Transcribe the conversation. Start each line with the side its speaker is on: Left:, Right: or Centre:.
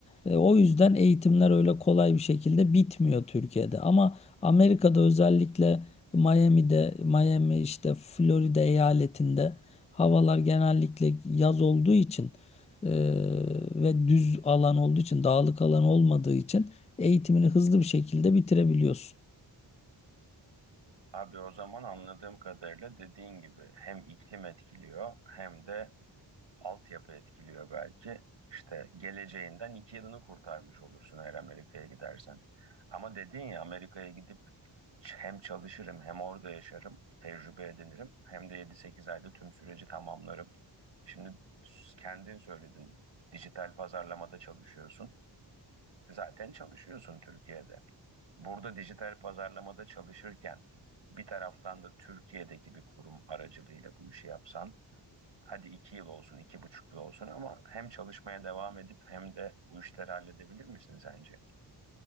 Left: E, o yüzden eğitimler öyle kolay bir şekilde bitmiyor Türkiye'de. Ama Amerika'da özellikle Miami'de, Miami işte Florida eyaletinde havalar genellikle yaz olduğu için e, ve düz alan olduğu için, dağlık alan olmadığı için eğitimini hızlı bir şekilde bitirebiliyorsun.
Right: Abi o zaman anladığım kadarıyla dediğin gibi hem iklim etkiliyor hem de altyapı etkiliyor belki. İşte geleceğinden iki yılını kurtarmış olursun eğer Amerika'ya gidersen. Ama dediğin ya Amerika'ya gidip ç- hem çalışırım hem orada yaşarım, tecrübe edinirim hem de yedi sekiz ayda tüm süreci tamamlarım. Şimdi s- kendin söyledin dijital pazarlamada çalışıyorsun. Zaten çalışıyorsun Türkiye'de. Burada dijital pazarlamada çalışırken bir taraftan da Türkiye'deki bir kurum aracılığıyla bu işi yapsan, hadi iki yıl olsun, iki buçuk yıl olsun ama hem çalışmaya devam edip hem de bu işleri halledebilir misin sence?